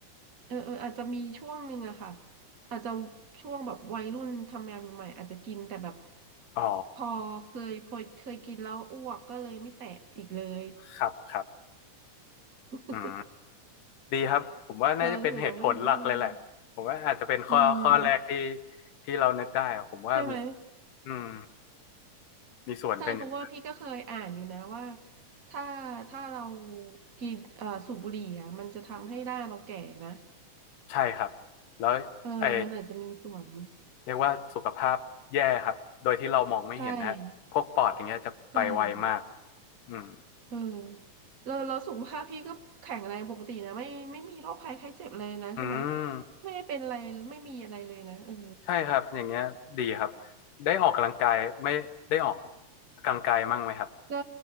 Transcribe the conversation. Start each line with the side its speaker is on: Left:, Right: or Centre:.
Right: เออเอออาจจะมีช่วงหนึ่งอะค่ะอาจจะช่วงแบบวัยรุ่นทำงานใหม่ๆอาจจะกินแต่แบบ
Left: อ๋อ
Right: พอเคยพอเคยกินแล้วอ้วกก็เลยไม่แตะอีกเลย
Left: ครับครับ
Right: <laughs>
Left: อืมดีครับผมว่าน่าจะเป็นเหตุผลหลักเลยแหละผมว่าอาจจะเป็นข้อข้อแรกที่
Right: เรารู้สึกเราไม่ไม่ไม่อืม
Left: ที่เรานึกได้อะผมว่ามี
Right: ใช่ไหม
Left: อืมมีส่วนเป็นอย่าง
Right: ใช่เพราะว่าพี่ก็เคยอ่านอยู่นะว่าถ้าถ้าเรากินเอ่อสูบบุหรี่อ่ะมันจะทำให้หน้าเราแก่นะ
Left: ใช่ครับแล้ว
Right: เออมันอาจจะมีส่วน
Left: ไอเรียกว่าสุขภาพแย่ครับโดยที่เรามองไม่เห็นนะฮะพวกปอดอย่างเงี้ยจะไปไวมาก
Right: ใช่ใช่
Left: อืม
Right: เออแล้วแล้วสุขภาพพี่ก็แข็งแรงปกตินะไม่ไม่มีโรคภัยไข้เจ็บเลยนะใช่ไหม
Left: อืม
Right: ไม่ได้เป็นอะไรไม่มีอะไรเลยนะเออ
Left: ใช่ครับ อย่างเงี้ยดีครับ ได้ออกกำลังกายไม่ได้ออกกำลังกายมั่งไหมครับ
Right: ก็